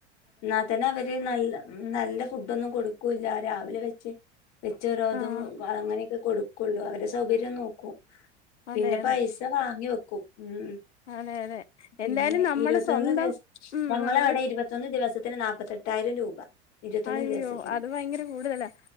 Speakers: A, on the left; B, on the left.
A: ഇന്നാത്തന്നെ അവര് നല്ല നല്ല ഫുഡൊന്നും കൊട്ക്കൂല്ല രാവില വെച്ച് വെച്ച് രോതും
B: ആഹ്
A: അങ്ങനെയൊക്ക കൊട്ക്കൊള്ളു അവരെ സൗകര്യം നോക്കും പിന്ന
B: അതെ അതെ
A: പൈസ വാങ്ങി വെക്കും ഉം
B: അതെ അതെ
A: പിന്ന
B: എന്തായാലും നമ്മുടെ
A: ഇരുപത്തൊന്ന്
B: സ്വന്തം
A: ദിവസ്
B: ഉം
A: ഞങ്ങളവടെ
B: നമ്മള്
A: ഇരുപ തൊന്ന് ദിവസത്തിന് നാപ്പത്തെട്ടായിരം രൂപ ഇരുപത്തൊന്ന്
B: അയ്യോ
A: ദിവസത്തിന്
B: അത് ഭയങ്കര കൂട്തലാ